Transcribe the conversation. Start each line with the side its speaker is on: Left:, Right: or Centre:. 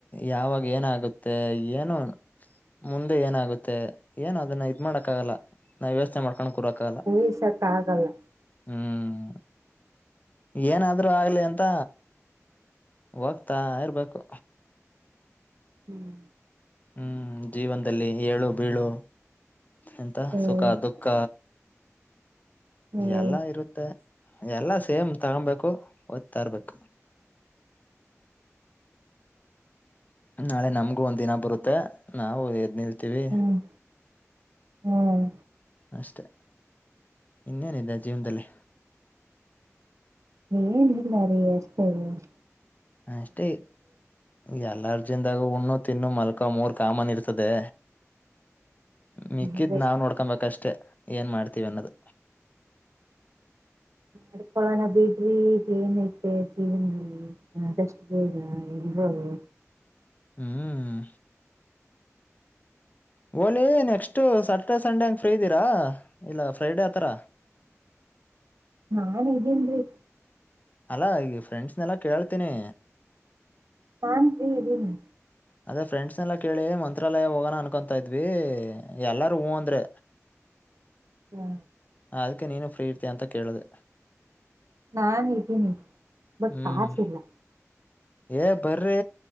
Left: ಯಾವಾಗ ಏನಾಗುತ್ತೆ ಏನು ಮುಂದೆ ಏನಾಗುತ್ತೆ ಏನು ಅದನ್ನ ಮಾಡಕಕ್ಕಾಗಲ್ಲ ನಾವು ಯೋಚ್ನೆಮಾಡ್ ಕಣ ಕೂರಕಾಗಲ್ಲ
Right: ಊಹಿಸಕ್ ಆಗಲ್ಲ
Left: ಹ್ಮ್ ಏನಾದ್ರೂ ಆಗ್ಲಿ ಅಂತ ಹೋಗ್ತಾ ಇರ್ಬೇಕು
Right: ಹ್ಮ್
Left: ಹ್ಮ್ ಜೀವನದಲ್ಲಿ ಏಳು ಬೀಳು ಎಂತ
Right: ಹ್ಮ್
Left: ಸುಖ ದುಃಖ
Right: ಹ್ಮ್
Left: ಎಲ್ಲ ಇರುತ್ತೆ ಎಲ್ಲಾ ಸೇಮ್ ತಗೊಬೇಕು ಒಯ್ತಾರ್ಬೇಕು ನಾಳೆ ನಮ್ಗು ಒಂದ್ ದಿನ ಬರುತ್ತೆ ನಾವು ಎದ್ ನಿಲ್ ಥಿವಿ
Right: ಹ್ಮ್ ಹ್ಮ್
Left: ಅಷ್ಟೇ ಇನ್ನೇನಿದೆ ಜೀವದಲ್ಲೇ
Right: ನೀ ನಿಲ್ಲ ರ <unintelligible>
Left: ಹ ಅಷ್ಟೇ ಯಾರ ಎಲರ್ಜಿಯಿಂದಾಗ ಉುಣ್ಣು ತಿನ್ನು ಮಲ್ಕೋ ಮೂರ್ ಕಾಮನ್ ಇರ್ತದೆ ಮಿಕ್ಕಿದ್
Right: ಅದೇ
Left: ನಾವ್ ನೋಡ್ಕೊಬೇಕಷ್ಟೇ ಅಷ್ಟೆ ಏನ್ ಮಾಡ್ತೀವಿ ಅನ್ನೋದು
Right: ಮಾಡ್ಕೊಳೋಣ ಬಿಡ್ರಿ ಏನೈತೆ ಜೀವನದಲ್ಲಿ ಆದಷ್ಟು ಬೇಗ ಎಲ್ರವು
Left: ಹ್ಮ್ ಓಲಿ ನೆಕ್ಸ್ಟ ಸ್ಯಾಟರ್ಡೆ ಸಂಡೆ ಹಂಗ ಫ್ರೀ ಇದ್ದೀರಾ ಇಲ್ಲ ಫ್ರೈಡ ಆತ್ರರ
Right: ನಾನ್ ಇದನ್ೀ ಎಧಿನ್ರಿ
Left: ಅಲ್ಲಾ ಈಗ ಫ್ರೆಂಡ್ಸ್ನೆಲ್ಲಾ ಕೇಳ್ತೀನಿ
Right: ನಾನ್ ಫ್ರೀ ಇದೀನಿ
Left: ಅದೇ ಫ್ರೆಂಡ್ಸ್ ಎಲ್ಲ ಕೇಳಿ ಮ ತ್ರಾಲಯ ಹೋಗೋಣ ಅನ್ಕೊತಾ ಇದ್ವಿ ಎಲ್ಲಾರು ಹೂ ಅಂದ್ರೆ
Right: ಹ್ಮ
Left: ಅದಕ್ಕೆ ನೀನು ಫ್ರೀ ಇರ್ತೀಯ ಅಂತ ಕೇಳಿದೆೆ
Right: ನಾನ್ ಇದ್ದೀನಿ ಬಟ್
Left: ಹ್ಮ್
Right: ಕಾಸ ಇಲ್ಲ
Left: ಏ ಬರ್ರಿ